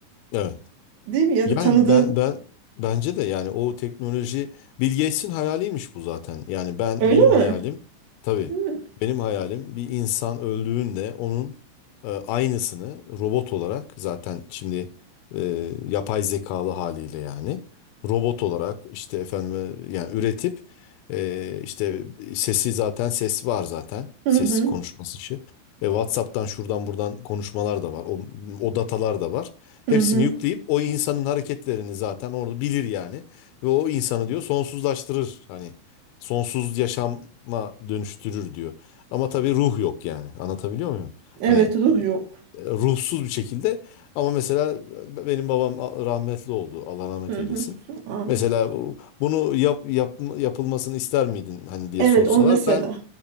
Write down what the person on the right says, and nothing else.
Değil mi? Ya
da tanıdığın.
Öyle
mi?
Hı hı.
Hı
hı.
Hı hı.
Evet,
ruh yok.
Hı
hı. Aa,
Evet,
on mesela.